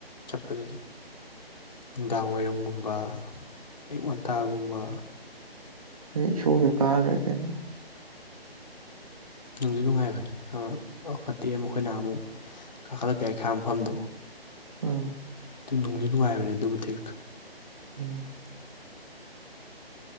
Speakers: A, on the left; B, on the right.
A: ꯆꯠꯄꯗꯨꯗꯤ ꯅꯨꯡꯗꯥꯡ ꯋꯥꯏꯔꯝꯒꯨꯝꯕ ꯑꯌꯨꯛ ꯉꯟꯇꯥꯒꯨꯝꯕ
B: ꯑ ꯏꯁꯣꯔꯗ ꯀꯥꯔ꯭ ꯂꯣꯏꯔꯦ ꯀꯩꯅꯣ
A: ꯅꯨꯡꯗꯤ ꯅꯨꯡꯉꯥꯏꯕꯅꯦ ꯑꯥ ꯑꯈꯠꯇꯦ ꯃꯈꯣꯏ ꯅꯥꯍꯟꯃꯨꯛ ꯀꯥꯈꯠꯂꯛ ꯒꯥꯔꯤ ꯈꯥꯝꯐꯝꯗꯣ
B: ꯎꯝ
A: ꯗꯨ ꯅꯨꯡꯗꯤ ꯅꯨꯡꯉꯥꯏꯕꯅꯦ ꯑꯗꯨ ꯃꯇꯦꯛꯇꯣ꯫
B: ꯎꯝ